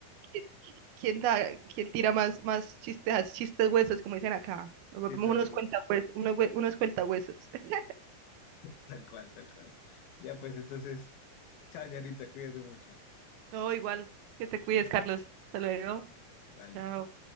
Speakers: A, on the right (about 85°); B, on the left (about 85°).
A: quién, quién da, quién tira más, más chistes, chistes huesos, como dicen acá. Nos
B: Chistes,
A: volvemos unos
B: pues,
A: cuentahuesos, unos, hue- unos cuentahuesos. <laughs>
B: tal cual, tal cual. Ya pues entonces, chao Yaritza, cuídate mucho.
A: No, igual, que te cuides,
B: Chao,
A: Carlos. Hasta luego.
B: chao. Vale.
A: Chao.